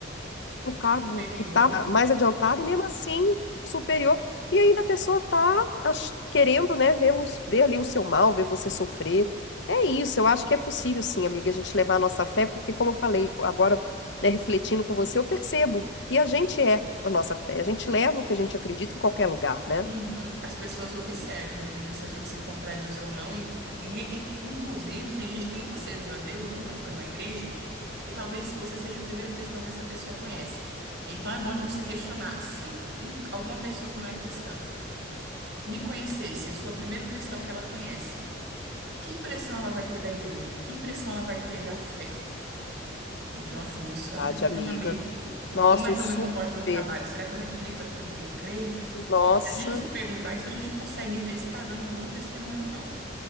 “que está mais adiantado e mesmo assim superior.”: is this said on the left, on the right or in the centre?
Left